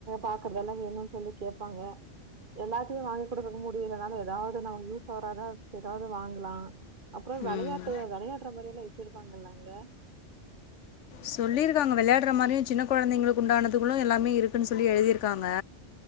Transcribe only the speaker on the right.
பாக்குறதெல்லா வேணும்னு சொல்லி கேப்பாங்க எல்லாத்தையு வாங்கிகுடுக்க முடி அப்டி இல்லனாலு ஏதாவது ஒன்ன <unintelligible> சோறதா எதாது வாங்கலா அப்ரோ வெளையாட்டு
வெளையாடுற மாரில்லா வச்சிருப்பாங்காங்க ல அங்க